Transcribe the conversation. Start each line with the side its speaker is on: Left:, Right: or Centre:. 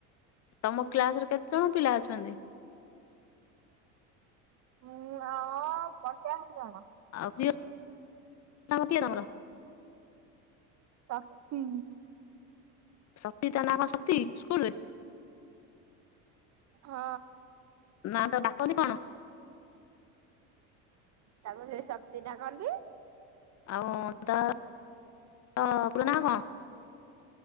Left: ତମ କ୍ଲାସରେ କେତେ ଜଣ ପିଲା ଅଛନ୍ତି?
Right: ମୁଁ ଆଓ ପଚାଶ ଜଣ।
Left: ଆଉ ପ୍ରିୟ <unintelligible> ତମର?
Right: ଶକ୍ତି
Left: ଶକ୍ତି ତା ନା କଣ ଶକ୍ତି ସ୍କୁଲ ରେ?
Right: ହଁ।
Left: ନା ତାକୁ ଡାକନ୍ତି କଣ?
Right: ତାକୁ ସେଇ ଶକ୍ତି ଡାକନ୍ତି।
Left: ଆଉ ତା ପୁରା ନା କଣ?